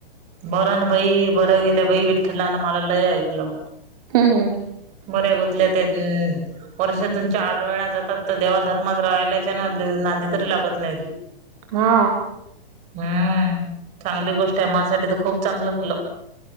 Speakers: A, on the right; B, on the right.
A: बरं, ना बाई. बरं, गेल्या बाई. विठ्ठलान मला, लय ऐकलं.
B: हम, हम.
A: बऱ्या गुतल्या ते. अ वर्षातून चार वेळा जातात. तर देवा धर्मात राहिला नांदले - नादी तरी लागत नाहीत.
B: <inaudible> हा.
A: हम्म. चांगली गोष्टय. माझसाठी तर, खूप चांगलं झालं.